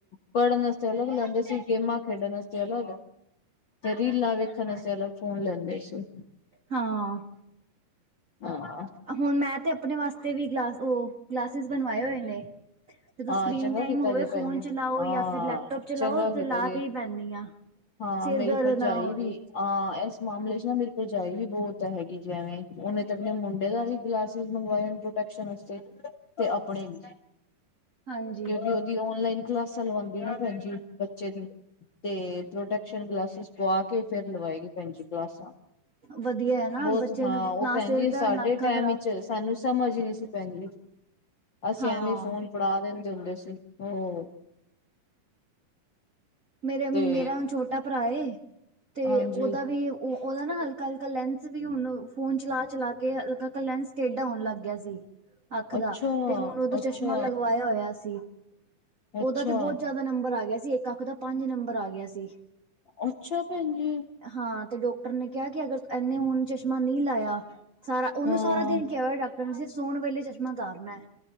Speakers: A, on the left; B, on the right.
A: ਪੜਨ ਆਸਤੇ ਅਲੱਗ ਲੈਂਦੇ ਸੀ, ਗੇਮਾਂ ਖੇਡਣ ਆਸਤੇ ਅਲੱਗ। ਤੇ ਰੀਲਾਂ ਵੇਖਣ ਆਸਤੇ ਅਲੱਗ ਫੋਨ ਲੈਂਦੇ ਸੀ।
B: ਹਾਂ।
A: ਹਾਂ
B: ਹੁਣ, ਮੈਂ ਤੇ ਆਪਣੇ ਵਾਸਤੇ ਵੀ ਗਲਾਸ ਉਹ ਗਲਾਸਿਸ ਬਣਵਾਏ ਹੋਏ ਨੇ।
A: <inaudible>
B: ਜਦੋਂ
A: ਹਾਂ
B: ਸਕਰੀਨ
A: ਚੰਗਾ
B: ਟਾਈਮ
A: ਕੀਤਾ
B: ਹੋਵੇ
A: ਜੇ ਭੈਣ
B: ਫੋਨ
A: ਜੀ
B: ਚਲਾਓ
A: ਹਾਂ,
B: ਜਾਂ ਫਿਰ ਲੈਪਟੋਪ ਚਲਾਓ
A: ਚੰਗਾ
B: ਤੇ
A: ਕੀਤਾ
B: ਲਾ
A: ਜੇ।
B: ਕੇ ਹੀ ਬਹਿੰਦੀ ਹਾਂ।
A: ਹਾਂ,
B: ਸਿਰ
A: ਮੇਰੀ
B: ਦਰਦ
A: ਭਰਜਾਈ
B: ਨਾ ਹੋਵੇ
A: ਵੀ ਆਂ ਏਸ ਮਾਮਲੇ ਚ ਨਾ ਮੇਰੀ ਭਰਜਾਈ ਵੀ ਬੋਤ ਹੈਗੀ ਜੇ ਐਵੇਂ ਓਨੇ ਤੇ ਆਪਣੇ ਮੁੰਡੇ ਦਾ ਵੀ ਗਲਾਸਿਸ ਮੰਗਵਾਏ ਹਨ ਪ੍ਰੋਟੈਕਸ਼ਨ ਆਸਤੇ, ਤੇ ਅਪਨੇ ਵੀ।
B: ਹਾਂਜੀ।
A: ਕਿਉਂਕਿ ਓਦੀ ਔਨਲਾਈਨ ਕਲਾਸਾਂ ਲਵਾਂਦੀ ਆ ਨਾ ਫੇਰ ਚੇ ਦੀ ਤੇ ਪ੍ਰੋਟਕਸ਼ਨ ਗਲਾਸਿਸ ਪਵਾ ਕੇ, ਫੇਰ ਲਵਾਏਗੀ ਭੈਣਜੀ ਕਲਾਸਾਂ।
B: ਵਧੀਆ ਹੈ ਨਾ
A: ਬੋਤ
B: ਬੱਚੇ
A: ਹਾਂ,
B: ਨੂੰ
A: ਓ
B: ਨਾ
A: ਭੈਣ
B: ਸਿਰ
A: ਜੀ
B: ਦਰਦ
A: ਸਾਡੇ
B: ਨਾ ਅੱਖਾਂ
A: ਟਾਈਮ
B: ਖ਼ਰਾਬ
A: ਚ ਸਾਨੂੰ ਸਮਝ ਈਨੀ ਸੀ ਭੈਣਜੀ, ਅਸੀ
B: ਹਾਂ।
A: ਐਵੇਂ ਈ ਫੋਨ ਫੜਾ ਦਿੰਦੇ ਹੁੰਦੇ ਸੀ ਹੋਰ।
B: ਮੇਰੇ ਮੇਰਾ
A: ਤੇ
B: ਛੋਟਾ ਭਰਾ ਏ, ਤੇ
A: ਹਾਂਜੀ
B: ਓਦਾ ਵੀ ਉ ਓਦਾ ਨਾ ਹਲਕਾ-ਹਲਕਾ ਲੈਂਸ ਵੀ ਹੁਣ ਫੋਨ ਚਲਾ-ਚਲਾ ਕੇ ਹਲਕਾ ਕ ਲੈਂਸ ਟੇਡਾ ਹੋਣ ਲੱਗ ਗਯਾ ਸੀ। ਅੱਖ
A: ਅੱਛਾ,
B: ਦਾ ਤੇ ਹੁਣ, ਓਦੋਂ
A: ਅੱਛਾ,
B: ਚਸ਼ਮਾ ਲਗਵਾਇਆ ਹੋਯਾ ਸੀ।
A: ਅੱਛਾ,
B: ਓਦਾ ਤੇ ਬੋਤ ਜਾਦਾ ਨੰਬਰ ਆ ਗਿਆ ਸੀ, ਇੱਕ ਅੱਖ ਦਾ ਪੰਜ ਨੰਬਰ ਆ ਗਯਾ ਸੀ।
A: ਅੱਛਾ, ਭੈਣ ਜੀ!
B: ਹਾਂ, ਤੇ ਡਾਕਟਰ ਨੇ ਕੇਆ ਕਿ ਅਗਰ ਏਨੇ ਹੁਨ ਚਸ਼ਮਾ ਨੀ ਲਾਯਾ ਸਾਰਾ ਓਨੂੰ
A: ਹਾਂ,
B: ਸਾਰਾ ਦਿਨ ਕੇਆ ਹੋਯਾ ਡਾਕਟਰ ਨੇ ਸਿਰਫ ਸੋਣ ਵੇਲੇ ਚਸ਼ਮਾ ਤਾਰਨੈ।